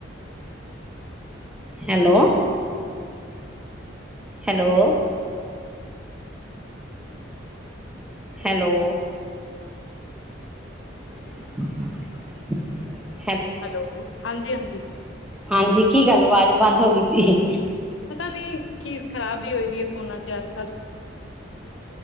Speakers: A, in the centre; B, on the left (about 70°).
A: ਹੈਲੋ ਹੈਲੋ। ਹੈਲੋ <inaudible>
B: ਹੈਲੋ ਹਾਂਜੀ ਹਾਂਜੀ
A: ਹਾਂਜੀ ਕੀ ਗੱਲ? ਆਵਾਜ਼ ਬੰਦ ਹੋ ਗਈ ਸੀ।
B: ਪਤਾ ਨੀ ਕੀ ਖ਼ਰਾਬ ਹੀ ਹੋਈ ਫੋਨਾਂ ਚ ਅੱਜ ਕੱਲ੍ਹ